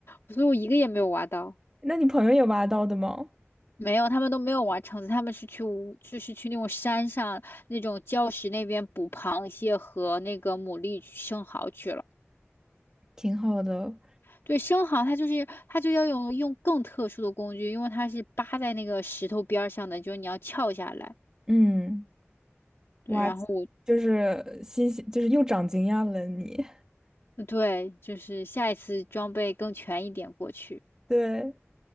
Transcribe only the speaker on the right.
那你朋友有挖到的吗？
挺好的，
嗯，
挖
就是新鲜，就是又长经验了你。
对，